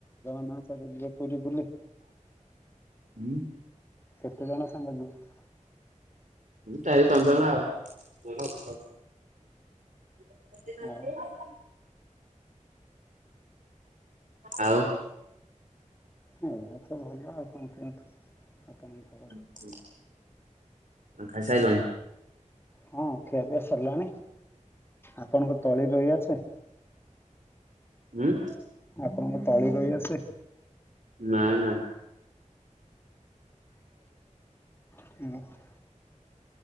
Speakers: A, on the left; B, on the right.
A: ହଁ ଚାଲ ଯିବା ପୁରୀ ବୁଲି।
B: ଉଁ,
A: କେତେ ଜଣ ସାଙ୍ଗ ଯିବ?
B: ହୁଁ, ଚାରି ପାଞ୍ଚ ଜଣ ଆଉ। <inaudible>
A: ଆଉ
B: ଆଉ
A: ହଁ ଏତେ ଭଲ ଲ, ଆଉ କଣ କୁହନ୍ତୁ? ଆପଣଙ୍କ କ
B: <inaudible> ଆଉ ଖାଇ ସାଇଲଣି?
A: ହଁ ଖିଆପିଆ ସରଲାଣି। ଆପଣଙ୍କ ତଳି ରୋଇବା ଅଛି?
B: ଉଁ,
A: ଆପଣଙ୍କୁ ତୋଳି ରୁଇ ଆସେ?
B: ନାଇ, ନା।
A: <unintelligible>